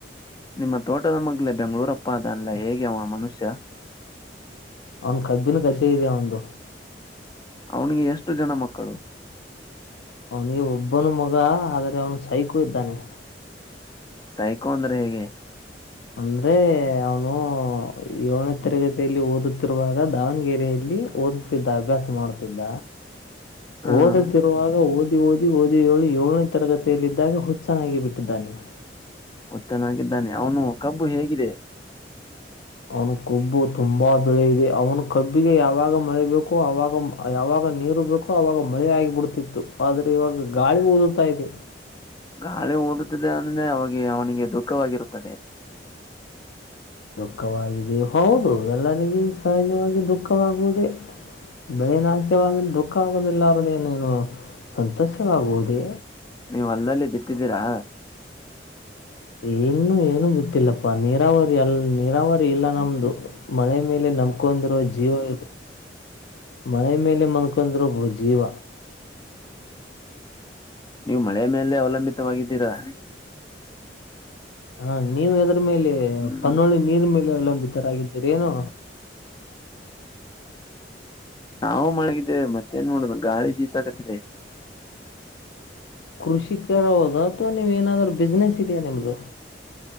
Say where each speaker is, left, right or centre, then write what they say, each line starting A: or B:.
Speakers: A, on the left (about 25°); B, on the left (about 80°).
A: ನಿಮ್ಮ ತೋಟದ ಮಗ್ಲ ಬೆಂಗಳೂರಪ್ಪ ಅ ಅಲ್ಲ ಹೇಗೆ ಅವ ಮನುಷ್ಯ
B: ಅವನ್ ಕಬ್ಬಿನ ಕತೆೆ ಇದಯ ಒಂದು
A: ಅವನಿಗೆ ಎಷ್ಟು ಜನ ಮಕ್ಕಳು
B: ಅವನಿಗೆ ಒಬ್ಬನು ಮಗ ಆದರೆ ಅವನು ಸೈಕು ಇದ್ದಾನೆ
A: ತಾಯ್ಕೋ ಅಂದ್ರೆ ಹೇಗೆ
B: ಅಂದ್ರೆ ಅವನು ಏ ದ ತರಗತಿಯಲ್ಲಿ ಓದುತ್ತಿರುವಾಗ ದಾವಣಗೆರೆಯಲ್ಲಿ ಓದುತ್ತಿದ್ದ ಅಭ್ಯಾಸ ಮಾಡುತ್ತಿದ್ದ
A: ಹ್ಮ್
B: ಓದ ತರುವಾಗ ಊದ ಓದಿ ಓದಿ ಓದಿ ಏಳು ಏಳನೇ ತರಗತಿಯಲ್ಲ ಇದಿದ್ದಾಗ ಹುಚ್ಚನ್ನಾಗಿ ಬಿಟ್ಟಿದ್ದಾನೆ
A: ಚೆನ್ನಾಗಿದ್ದಾನೆ ಅವನು ಕಬ್ಬು ಹೇಗಿದೆ
B: ಅವನು ಕೊಬ್ಬು ತುಂಬಾ ಬೆಳೆ ಇದೆ ಅವನು ಕಬ್ಬಿಗೆ ಯಾವಾಗ ಮಳೆಬೇಕು ಅವಾಗ ಯಾವಾಗ ಾಗ ನೀರು ಬೇಕೋ ಆವಾಗ ಮಳೆ ಆಗಿಬ ಬಿಡ್ತಿತ್ತು ಆದ್ರೆ ಇವಾಗ ಗಾಳಿ ಓದುತ್ತಾ ಇದೆ
A: ಗಾಳಿ ಓದುತ್ತಿಲ್ಲ ಅಂದ್ರೆ ಅವಿಗೆ ಅವನಿಗೆ ದುಃಖವಾಗಿರುತ್ತದೆ
B: ದುಃಖವಾಗಿದೆ ಹೌದು ಎಲ್ಲರಿಗೂ ಸಹಜವಾಗಿ ದುಃಖವಾಗುವುದೇ ಭಯನಾಶವಾದ ದುಃಖ ಆಗೋುದಿಲ್ಲಾರರದು ಏನ ಏನು ಸಂತಸವಾಗುವುದೇ
A: ನೀವು್ ಅಲ್ಲಲ್ಲಿ ಬಿತ್ತಿದ್ದೀರಾ
B: ಇಏನ್ನು ಏನು ಗೊತ್ತಿಲ್ಲಪ್ಪಾ ನೀರಾವರಿ ಅಲ್ ನೀರಾವರಿ ಇಲ್ಲ ನಮ್ದು ಮಳೆ ಮೇಲೆ ನಂಬಕೊಂಡಿರುವ ಜೀವ ಇದು ಮಳೆ ಮೇಲೆ ಮನ್ಕಂದ್ರರು ಜೀವ
A: ನೀವು ಮಳೆ ಮೇಲೆ ಅವಲಂಬಿತವಾಗಿದ್ದೀರಾ
B: ಹಾ ನೀವ ಎದ್ರ ಮೇಲೆ
A: ಹ್ಮ್
B: ಪನ್ನುಳ್ಳಿ ನೀರ್ ಮೇಲೆ ಲಂಬಿತರಾಗಿದ್ದೀರಿ ಏನು
A: ನಾವು ಮಳಗಿದ್ದೇವೆ ಮತ್ತೇನ್ ನೋಡುದು ಗಾಳಿ ಬೀಸಾಕತ್ತಿದೆ
B: ಕೃಷಿಕರ ಹೋದ ಅಥವಾ ನೀವ್ ಏನಾದ್ೂ ಬಿಸ್ನೆಸ್ ಇದೆಯಾ ನಿಮ್ದು